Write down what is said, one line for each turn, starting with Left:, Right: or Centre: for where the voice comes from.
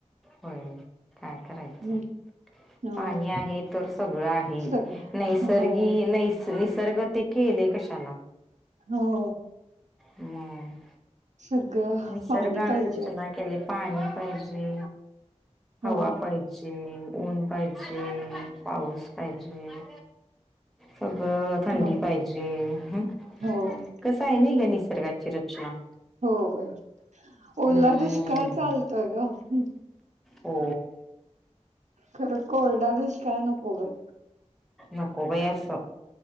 Centre: होय काय करायचं.
Right: हम् हो
Centre: पाणी आहे तर सगळं आहे
Right: सगळं
Centre: नैसर्गिक.
Right: हो
Centre: निसर्ग ते केलेय कशाला.
Right: हो.
Centre: मग.
Right: सगळं.
Centre: निसर्गान
Right: पाणी पाहिजे
Centre: रचना
Right: आधी
Centre: केली पाणी पाहिजे. हवा
Right: हो
Centre: पाहिजे ऊन पाहिजे पाऊस पाहिजे. सगळं थंडी
Right: हो
Centre: पाहिजे हम्.
Right: होय
Centre: कसं आहे नाही ग निसर्गाची रचना.
Right: होय ओला
Centre: हम्म
Right: दुष्काळ चालतोय ग.
Centre: हो
Right: खरं कोरडा दुष्काळ काय नको. बाई
Centre: नको बाई आस.